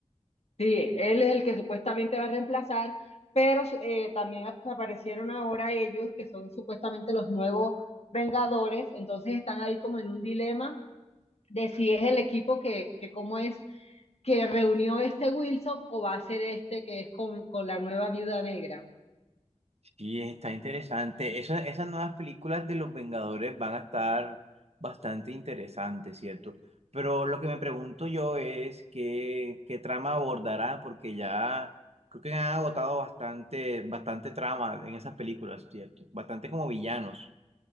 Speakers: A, on the left; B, on the right.
A: Sí, él es el que supuestamente va a reemplazar, pero su- eh, también ap- aparecieron ahora ellos, que son supuestamente los nuevos Vengadores, entonces están ahí como en un dilema de si es el equipo que, que cómo es, que reunió este Wilson o va a ser este que es con, con la nueva viuda negra.
B: Sí, está interesante. Esa- esas nuevas películas de los Vengadores van a estar bastante interesantes, ¿cierto? Pero lo que me pregunto yo es qué, qué trama abordará, porque ya creo que han agotado bastante, bastante trama en esas películas, ¿cierto? Bastante como villanos.